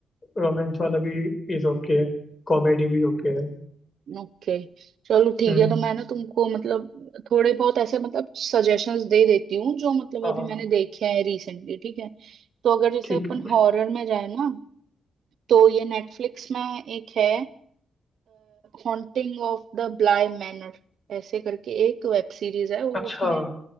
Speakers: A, on the left; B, on the right.
A: रोमांस वाला भी इज ओके है कॉमेडी भी ओके है
B: ओके चलो ठीक
A: हम्म
B: है तो मैं ना तुमको मतलब थोड़े बहुत ऐसे मतलब सजेशंस दे देती हूँ जो मतलब
A: हाँ
B: अभी
A: हाँ
B: मैंने देखे हैं रिसेंटली ठीक है तो अगर जैसे
A: ठीक
B: अपन
A: है
B: हॉरर में जाए ना तो ये नेटफ्लिक्स में एक है haunting of the Bly Manor ऐसे करके एक वेब सीरीज है वो
A: अच्छा
B: उसमें